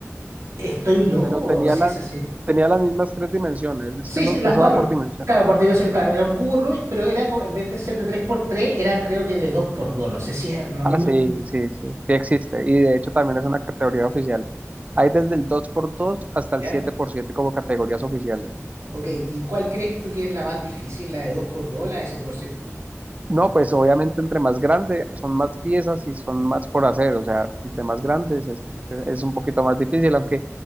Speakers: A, on the right; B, on the right.
A: ¿Estoy loco
B: Pero
A: o
B: tenía
A: si
B: las,
A: es así?
B: tenía las mismas tres dimensiones.
A: Sí,
B: Es que eso,
A: sí, las
B: eso
A: cuatro.
B: va por dimensión.
A: Claro, por dimensiones, claro, era un cubo Rubik, pero era co- en vez de ser de tres por tres era creo que de dos por dos No sé si es normal.
B: Ah, sí, sí, sí, sí existe. Y de hecho también es una categoría oficial. Hay desde el dos por dos hasta
A: ¿Ya?
B: el siete por siete como categorías oficiales.
A: Ok, ¿y cuál crees tú que es la más difícil? ¿La de dos por dos o la de siete por siete
B: No, pues obviamente entre más grande son más piezas y son más por hacer, o sea, entre más grandes es, es un poquito más difícil, aunque